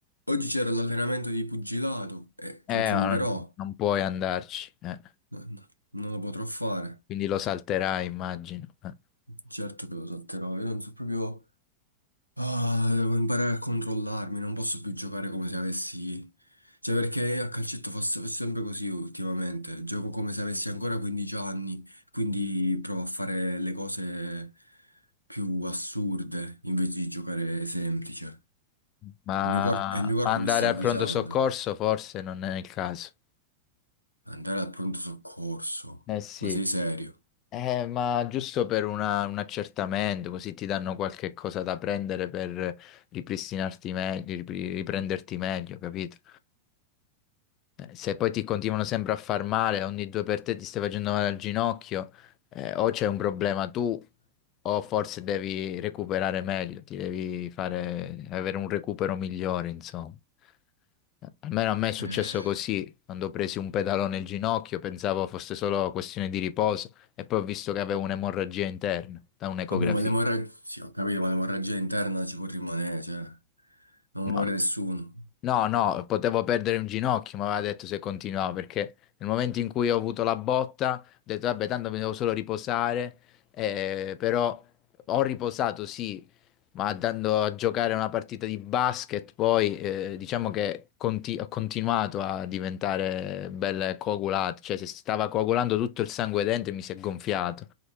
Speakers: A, on the right (about 85°); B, on the left (about 35°).
A: Oggi c'era l'allenamento di pugilato e
B: eh,
A: lo zumberò.
B: ma non, non puoi andarci, eh.
A: No, no, Non lo potrò fare.
B: Quindi lo salterai, immagino. eh.
A: Certo che lo salterò. Io non so proprio. Ah, devo imparare a controllarmi, non posso più giocare come se avessi... Cioè, perché a calcetto faccio faccio sempre così ultimamente. Gioco come se avessi ancora 15 anni, quindi provo a fare le cose più assurde invece di giocare semplice.
B: Ma,
A: Il mio corpo, e il mio corpo
B: ma andare
A: mi sta avvisando.
B: al pronto soccorso forse non è il caso.
A: Andare al pronto soccorso.
B: Eh sì,
A: Ma sei serio?
B: Eh, ma giusto per una- un accertamento, così ti danno qualche cosa da prendere per ripristinarti meglio, riprenderti meglio, capito? Eh, Se poi ti continuano sempre a far male, ogni due per te ti stai facendo male al ginocchio, eh, o c'è un problema tu, o forse devi recuperare meglio, ti devi fare, avere un recupero migliore, insomma. Eh, Almeno a me è successo
A: Eh.
B: così, quando ho preso un pedalone al ginocchio, pensavo fosse solo questione di riposo, e poi ho visto che avevo un'emorragia interna da un'ecografia.
A: Ma boh, ma l'emorragia... Sì, ho capito, ma l'emorragia interna ci può rimanere, cioè... Non
B: No,
A: muore nessuno.
B: No, no, potevo perdere un ginocchio, mi aveva detto se continuavo, perché nel momento in cui ho avuto la botta, ho detto, vabbè, tanto mi devo solo riposare, eh, però ho riposato, sì, ma andando a giocare una partita di basket, poi eh, diciamo che conti- ho continuato a diventare belle coagulate, cioè si stava coagulando tutto il sangue dentro e mi si è gonfiato.